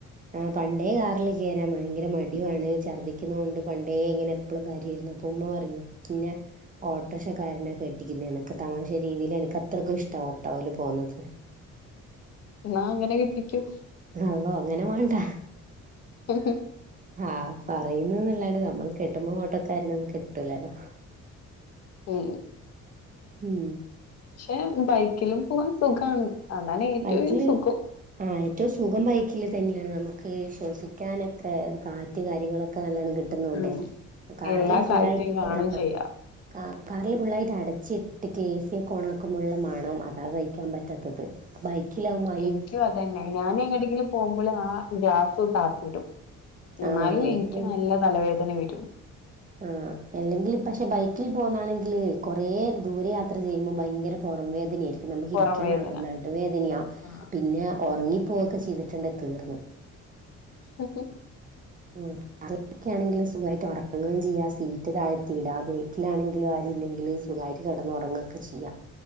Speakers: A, on the right; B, on the left.
A: ആ പണ്ടേ കാറിൽ കയറാൻ ഭയങ്കര മടിയുവാണ് ഛർദ്ദിക്കുന്നോണ്ട് പണ്ടേ ഇങ്ങനെ എപ്പളും കാര്യമായിരുന്നു അപ്പൊ ഉമ്മ പറയും ഇന്നെ ഓട്ടോർഷക്കാരനാ കെട്ടിക്കുന്നേന്ന് തമാശ രീതിയിൽ എനക്ക് അത്രയ്ക്കും ഇഷ്ട്ടാ ഓട്ടോവിൽ പോവുന്നത്.
B: ന്നാ അങ്ങനെ കെട്ടിക്കോ.
A: അള്ളോ അങ്ങനെ മാണ്ട.
B: <unintelligible>
A: ആഹ് പറയുന്ന്ന്നല്ലാണ്ട് നമ്മൾ കെട്ടുമ്പോ ഓട്ടക്കാരനൊന്നും കെട്ടൂലല്ലോ.
B: ഉം
A: ഉം
B: ക്ഷെ ബൈക്കിലും പോകാൻ സുഖാണ് അതാണ് ഏറ്റോയും
A: ബൈക്കില്
B: സുഖം.
A: ആ ഏറ്റവും സുഖം ബൈക്കിൽ തന്നെയാണ് നമുക്ക് ശ്വസിക്കാനൊക്കെ കാറ്റ് കാര്യങ്ങളൊക്കെ നല്ലോണം കി ട്ടുന്നൂണ്ടെ
B: ഉം
A: കാറിൽ
B: എല്ലാ
A: ഫുള്ളായിട്ട്
B: കാഴ്ചയും കാണും
A: ആഹ്
B: ചെയ്യാം
A: കാർ കാറിൽ ഫുള്ളായിട്ട് അടച്ചിട്ട് ക്ക് ഏസിയൊക്കോണാക്കുമ്പള്ള മണോ അതാ സയ്ക്കാൻ പറ്റാത്തത്. ബൈക്കിലാവുമ്മ
B: എനിക്കും അതന്നെ ഞാൻ എങ്ങട്ടെങ്കിലും പോകുമ്പോള് ആ ഗ്ലാസ് ഒന്ന് താത്തിടും. എന്നാലും
A: ആഹ് എനിക്കും
B: എനിക്ക് നല്ല തലവേദന വരും.
A: ആഹ് അല്ലെങ്കിൽ പക്ഷെ ബൈക്കിൽ പോകുന്നാണെങ്കില് കുറ ദൂരെ യാത്ര ചെയ്യുമ്പോ ഭയങ്കര പുറം വേദനയായിരി ക്കും നമുക്ക്
B: പുറം
A: ഇരിക്കാനാവൂല്ല
B: വേദന
A: നടുവേദനയാവും
B: ആഹ്
A: പിന്നെ ഉറങ്ങിപ്പോവൊക്കെ ചെയ്തിട്ടുണ്ടേ തീർന്ന്.
B: ആഹ് ഹും
A: ഉം കാറിലൊക്കെയാണെങ്കിലും സുഖായിട്ട് ഉറങ്ങേം ചെയ്യാ സീറ്റ് താഴ്ത്തി ഇടാം വീ ട്ടിലാണെങ്കിലും ആരും ഇല്ലെങ്കില് സുഖായിട്ട് കെടന്ന് ഉറങ്ങൊക്കെ ചെയ്യാം